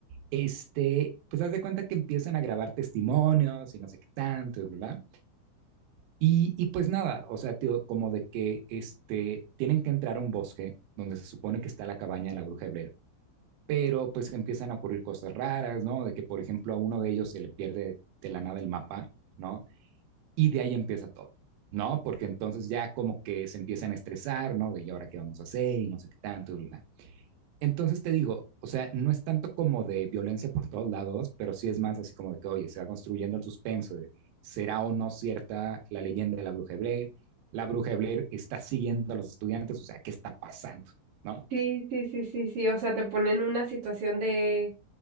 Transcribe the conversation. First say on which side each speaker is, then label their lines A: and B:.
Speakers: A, on the right (about 85°); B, on the right (about 50°).
A: Este, pues haz de cuenta que empiezan a grabar testimonios y no sé qué tanto, y bla, bla. Y, y pues nada, o sea, tío, como de que este, tienen que entrar a un bosque donde se supone que está la cabaña de la bruja de Blair, pero pues empiezan a ocurrir cosas raras, ¿no? De que, por ejemplo, a uno de ellos se le pierde de la nada el mapa, ¿no? Y de ahí empieza todo, ¿no? Porque entonces ya como que se empiezan a estresar, ¿no? De y ahora qué vamos a hacer y no sé qué tanto, y bla. Entonces te digo, o sea, no es tanto como de violencia por todos lados, pero sí es más así como de que, oye, se va construyendo el suspenso de, será o no cierta la leyenda de la bruja de Blair, la bruja de Blair está siguiendo a los estudiantes, o sea, ¿qué está pasando? ¿No?
B: Sí, sí, sí, sí, sí. O sea, te ponen en una situación de,